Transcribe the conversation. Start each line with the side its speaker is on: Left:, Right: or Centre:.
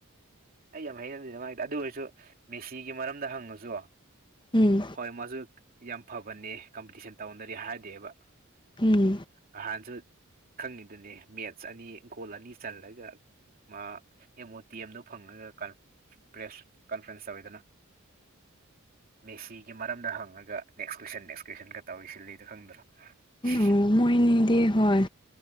Right: ꯑꯩ ꯌꯥꯝ ꯍꯩꯅꯗꯦꯗ ꯃꯥꯏꯗ ꯑꯗꯨ ꯑꯣꯏꯔꯁꯨ ꯃꯦꯁꯤꯒꯤ ꯃꯔꯝꯗ ꯍꯪꯉꯨꯁꯨ
Left: ꯎꯝ
Right: ꯍꯣꯏ ꯃꯥꯁꯨ ꯌꯥꯝ ꯐꯕꯅꯤ ꯀꯝꯄꯤꯇꯤꯁꯟ ꯇꯧꯅꯔꯤ ꯍꯥꯏꯗꯦꯕ
Left: ꯎꯝ
Right: ꯉꯍꯥꯟꯁꯨ ꯈꯪꯉꯤꯗꯨꯅꯦ ꯃꯦꯠꯁ ꯑꯅꯤ ꯒꯣꯜ ꯑꯅꯤ ꯆꯜꯂꯒ ꯃꯥ ꯑꯦꯝ ꯑꯣ ꯇꯤ ꯑꯦꯝꯗꯣ ꯐꯪꯉꯒ ꯀ ꯄ꯭ꯔꯦꯁ ꯀꯟꯐ꯭ꯔꯦꯟꯁ ꯇꯧꯋꯤꯗꯅ ꯃꯦꯁꯤꯒꯤ ꯃꯔꯝꯗ ꯍꯪꯉꯒ ꯅꯦꯛꯁ ꯀ꯭ꯋꯦꯁꯟ ꯅꯦꯛꯁ ꯀ꯭ꯋꯦꯁꯟꯒ ꯇꯧꯔꯤ ꯁꯤꯜꯂꯤꯗꯣ ꯈꯪꯗ꯭ꯔꯣ <unintelligible>
Left: ꯑꯣ ꯃꯣꯏꯅꯤꯗꯤ ꯍꯣꯏ